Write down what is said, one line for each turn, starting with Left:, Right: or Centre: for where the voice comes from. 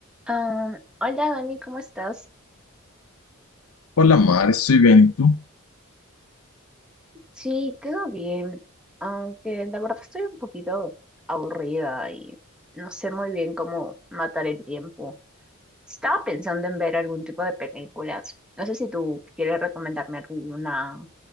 Centre: Ah, hola Dani, ¿cómo estás?
Left: Hola Mar, estoy bien, ¿y tú?
Centre: Sí, todo bien, aunque la verdad estoy un poquito aburrida y no sé muy bien cómo matar el tiempo. Estaba pensando en ver algún tipo de películas. No sé si tú quieres recomendarme alguna